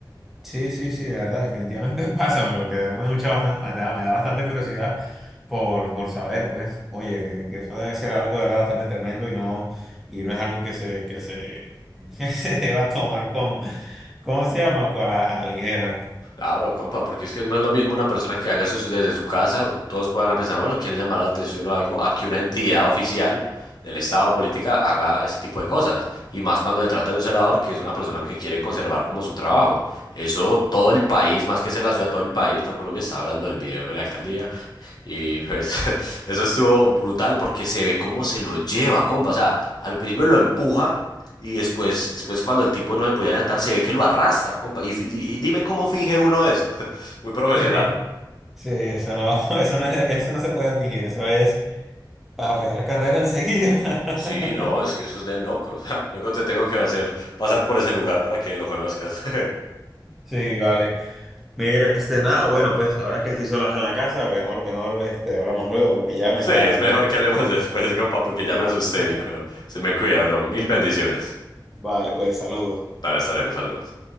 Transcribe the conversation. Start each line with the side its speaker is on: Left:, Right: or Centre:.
Centre: Sí, sí, sí, de verdad, definitivamente <laughs> pásamelo, que de verdad me, gusta bastante, me da, me da bastante curiosidad por, por saber, pues, oye, que, que eso debe ser algo de verdad bastante tremendo y no, y no es algo que se, que se, <laughs> que se deba tomar con, ¿cómo se llama? Con la, a la ligera.
Left: Claro, compa, porque es que no es lo mismo una persona que haga eso desde su casa, todos van a pensar, bueno, quiere llamar la atención o algo, a que una entidad oficial del Estado o política haga ese tipo de cosas. Y más cuando se trata de un celador que es una persona que quiere conservar como su trabajo. Eso todo el país, más que ser la ciudad, todo el país, todo Colombia está hablando del video de la alcaldía. Y pues <laughs> eso estuvo brutal porque se ve cómo se lo lleva, compa. O sea, al principio lo empuja y después, después cuando el tipo no se podía levantar, se ve que lo arrastra, compa. Y, fi- y- y dime cómo finge uno eso. <laughs> Muy profesional.
Centre: <laughs> Sí, eso no, <laughs> eso no es, eso no se puede fingir, eso es para pegar carrera enseguida.
Left: Sí, no, es
Centre: <laughs>
Left: que eso es de locos. <laughs> Luego te tengo que hacer pasar por ese lugar para que lo conozcas. <laughs>
Centre: Sí, vale. Mira, este, nada, bueno, pues ahora que estoy sola acá en la casa, mejor, mejor, este, hablamos luego porque ya me
Left: Sí,
Centre: está
Left: es
Centre: dando
Left: mejor
Centre: como...
Left: que hablemos después, compa, porque
Centre: Eh,
Left: ya me asusté,
Centre: <laughs>
Left: mi culo. Se me cuida, bro. Mil bendiciones.
Centre: Vale, pues saludos.
Left: Dale, hasta luego, saludos.